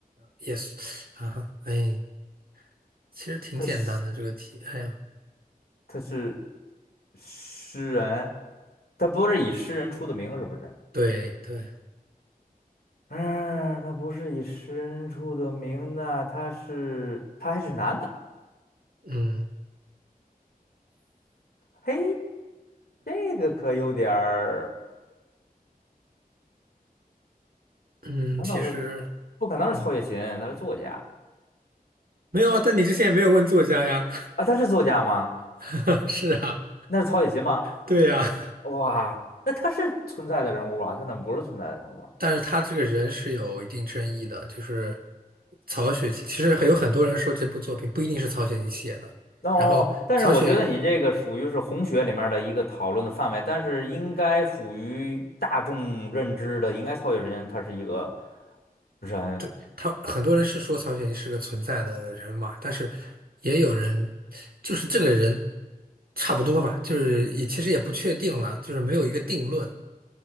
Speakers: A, on the right; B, on the left.
A: 也是啊，哎，其实挺简单的这个题，
B: 他是
A: 哎呀，
B: 他是诗人，他不是以诗人出的名，是不是？
A: 对对。
B: 嗯，他不是以诗人出的名那他是他还是男的，
A: 嗯。
B: 嘿，这个可有点儿，
A: 嗯，
B: 难道是
A: 其实，
B: 不可能是曹雪芹？
A: 嗯，
B: 他是作家
A: 没有啊，但你之前也没有问作家呀，
B: 啊，他是作家吗？
A: <laughs> 是啊，
B: 那是曹雪芹吗？
A: 对呀，
B: 哇，那他是存在的人物啊，他怎么不是存在的人物啊？
A: 但是他这个人是有一定争议的，就是曹雪芹，其实很有很多人说这部作品不一定是曹雪芹写的，
B: 哦，哦但是我觉得你这个属于是红学里面儿的一个讨论的范围，
A: 然后曹雪，
B: 但是应该属于大众认知的，应该曹雪芹他是一个人，
A: 对，他很多人是说曹雪芹是个存在的人嘛，但是也有人就是这个人差不多吧，就是也其实也不确定了，就是没有一个定论。